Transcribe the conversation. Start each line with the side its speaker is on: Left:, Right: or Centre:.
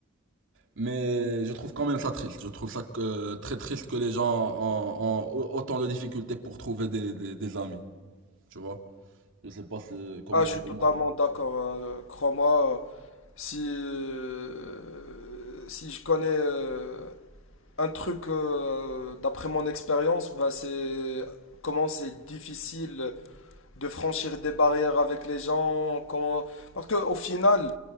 Right: Mais je trouve quand même ça triste. Je trouve ça que- très triste que les gens ont, ont autant de difficultés pour trouver des, des, des amis. Tu vois? Je sais pas c'est- comment
Left: Ah, je suis
Right: comment.
Left: totalement d'accord. hein. Euh, Crois-moi, euh, si, euh, si je connais euh, un truc euh, d'après mon expérience, bah c'est comment c'est difficile de franchir des barrières avec les gens. Comment... Parce qu'au final,